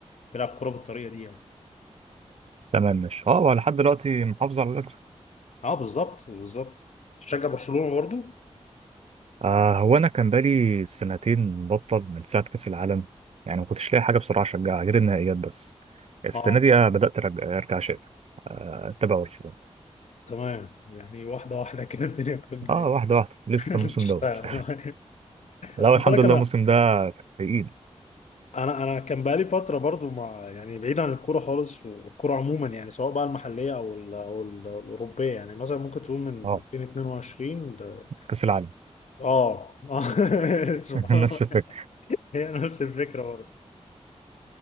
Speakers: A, on the left (about 75°); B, on the right (about 60°).
A: بيلعب كورة بالطريقة دي يعني
B: تمام ماشي اه هو لحد دلوقتي محافظ على الاكتر
A: اه بالظبط بالظبط تشجع برشلونة برضو
B: آه هو انا كان بقالي سنتين مبطل من ساعة كأس العالم يعني ما كنتش لاقي حاجة بسرعة اشجعها غير النهائيات بس السنة
A: اه
B: دي آه، بدأت أرجع أرجع شيء آه، أتابع برشلونة
A: تمام يعني واحدة واحدة كده الدنيا بتبدأ
B: اه
A: إيه؟
B: واحدة واحدة لسه
A: <laughs>
B: الموسم
A: تشتغل
B: دوت
A: <laughs>
B: لا
A: خد
B: الحمد
A: بالك
B: لله
A: انا
B: الموسم ده تقيل
A: انا انا كان بقالي فتره برضو مع يعني بعيد عن الكوره خالص والكوره عموما يعني سواء بقى المحليه او ال او ال الاوروبيه يعني مثلا ممكن تقول من
B: اه
A: 2022 ل...
B: كأس العالم
A: اه آه. <laughs> سبحان
B: <laughs> نفس
A: الله
B: الفكرة
A: هي نفس الفكره برضو